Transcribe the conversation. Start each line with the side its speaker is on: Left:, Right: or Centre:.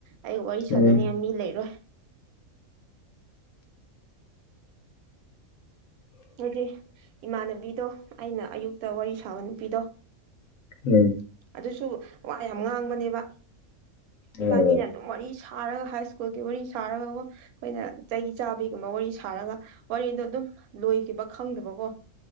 Right: ꯑꯩ ꯋꯥꯔꯤ ꯁꯥꯟꯅꯅꯤꯡ
Left: ꯎꯝ
Right: ꯃꯤ ꯂꯩꯔꯣꯏ꯫ ꯍꯥꯏꯗꯤ ꯏꯃꯥꯟꯅꯕꯤꯗꯣ ꯑꯩꯅ ꯑꯌꯨꯛꯇ ꯋꯥꯔꯤ ꯁꯥꯕ ꯅꯨꯄꯤꯗꯣ꯫
Left: ꯎꯝ
Right: ꯑꯗꯨꯁꯨ ꯋꯥ ꯌꯥꯝ ꯉꯥꯡꯕꯅꯦꯕ
Left: ꯎꯝ
Right: ꯏꯕꯥꯟꯅꯤꯅ ꯑꯗꯨꯝ ꯋꯥꯔꯤ ꯁꯥꯔꯒ ꯍꯥꯏ ꯁ꯭ꯀꯨꯜꯒꯤ ꯋꯥꯔꯤ ꯁꯥꯔꯒꯀꯣ꯫ ꯈꯣꯏꯅ ꯆꯍꯤ ꯆꯥꯕꯩꯒꯨꯝꯕ ꯋꯥꯔꯤ ꯁꯥꯔꯒ ꯋꯥꯔꯤꯗꯣ ꯑꯗꯨꯝ ꯂꯣꯏꯈꯤꯕ ꯈꯪꯗꯕꯀꯣ꯫